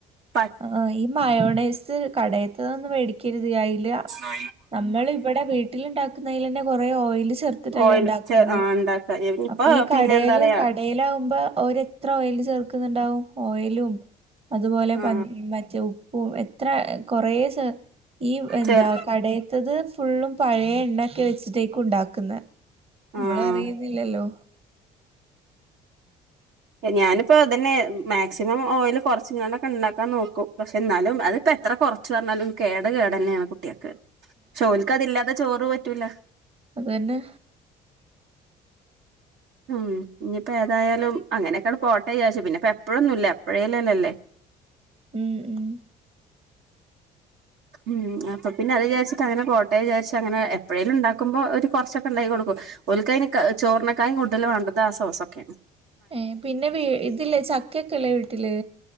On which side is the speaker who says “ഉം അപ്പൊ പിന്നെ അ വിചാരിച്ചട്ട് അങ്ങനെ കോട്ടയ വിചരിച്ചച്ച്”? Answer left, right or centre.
Right